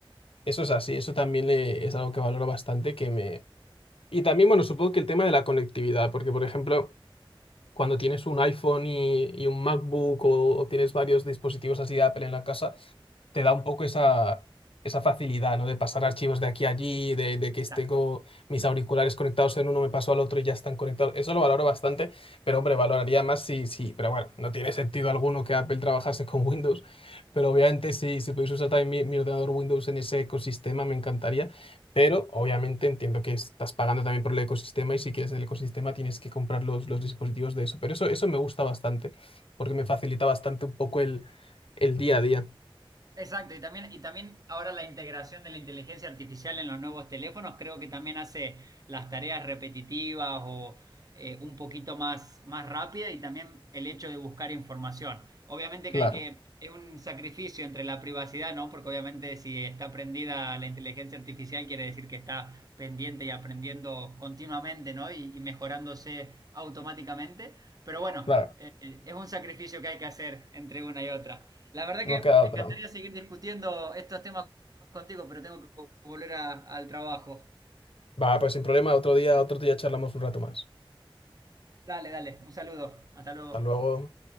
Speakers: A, on the left (about 80°); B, on the right (about 40°).
A: Eso es así, eso también le- es algo que valoro bastante, que me... Y también, bueno, supongo que el tema de la conectividad, porque, por ejemplo, cuando tienes un iPhone y, y un MacBook o, o tienes varios dispositivos así de Apple en la casa, te da un poco esa, esa facilidad, ¿no? De pasar archivos de aquí a allí, de, de que
B: Exacto.
A: tengo mis auriculares conectados en uno, me paso al otro y ya están conectados. Eso lo valoro bastante, pero hombre, valoraría más si, si, pero bueno, no tiene sentido alguno que Apple trabajase con <laughs> Windows, pero obviamente si, si pudiese usar también mi, mi ordenador Windows en ese ecosistema, me encantaría, pero obviamente entiendo que estás pagando también por el ecosistema y si quieres el ecosistema tienes que comprar los, los dispositivos de eso, pero eso, eso me gusta bastante, porque me facilita bastante un poco el, el día a día.
B: Exacto, y también, y también ahora la integración de la inteligencia artificial en los nuevos teléfonos creo que también hace las tareas repetitivas o eh, un poquito más, más rápida y también el hecho de buscar información. Obviamente
A: Claro.
B: que hay que, es un sacrificio entre la privacidad, ¿no? Porque obviamente si está prendida la inteligencia artificial quiere decir que está pendiente y aprendiendo continuamente, ¿no? Y, y mejorándose automáticamente. Pero bueno,
A: Claro,
B: eh, es un sacrificio que hay que hacer entre una y otra. La verdad
A: no
B: que
A: queda
B: me
A: otra.
B: encantaría seguir discutiendo estos temas contigo, pero tengo que volver a- al trabajo.
A: Va, pues sin problema, otro día, otro día charlamos un rato más.
B: Dale, dale, un saludo. Hasta luego.
A: Hasta luego.